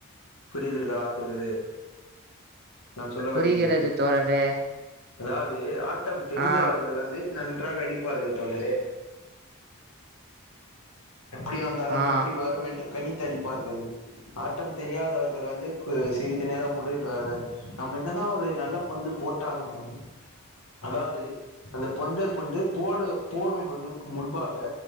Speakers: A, on the left; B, on the right.
A: புரிது சொல்லுது நான் சொல்ல
B: புரிகிறது
A: வருகிறது
B: தோழரே
A: அதாவது ஆட்டம் தெரிந்தவர்கள்
B: ஆ
A: வந்து நன்றாக அடிப்பார்கள் தோழரே எப்படி வந்தாலும்
B: ஆ
A: எப்படி வரும் என்று கணித்து அடிப்பார்கள் ஆட்டம் தெரியாதவர்கள் வந்து சிறிது நேரம் முடிடுவார்கள் நம்ம என்னதா ஒரு நல்ல பந்து போட்டாலமும் அதாவது அந்த பந்த கொண்டு போடு போடும்வதற்கு முன்பாக